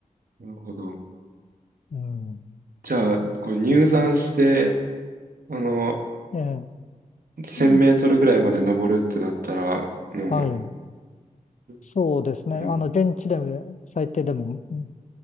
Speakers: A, on the right; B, on the left.
A: なるほど。
B: うん。
A: じゃあ、こう入山して、あの、
B: ええ、
A: 1000メートルぐらいまで登るってなったら、
B: うん
A: も
B: はい。
A: う、
B: そうですね。
A: もう、
B: あの、電池で、最低でも、うん